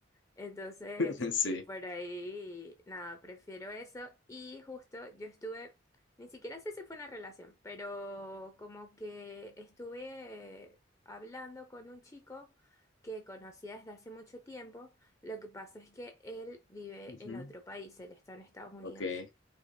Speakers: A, on the left; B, on the left.
A: Entonces,
B: <laughs> Sí.
A: sí, por ahí, nada, prefiero eso. Y justo yo estuve, ni siquiera sé si fue una relación, pero como que estuve hablando con un chico que conocía desde hace mucho tiempo. Lo que pasa es que él vive
B: Ujú.
A: en otro país, él está en Estados Unidos
B: Ok.